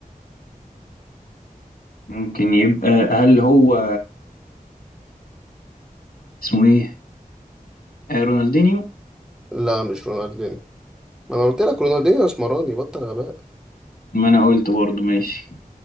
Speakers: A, on the left; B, in the centre.
A: ممكن يبقى هل هو اسمه ايه آه رونالدينيو
B: لا مش رونالدينيو ما أنا قلت لك رونالدينيو اسمراني بطل غباء
A: ما انا قلت برضو ماشي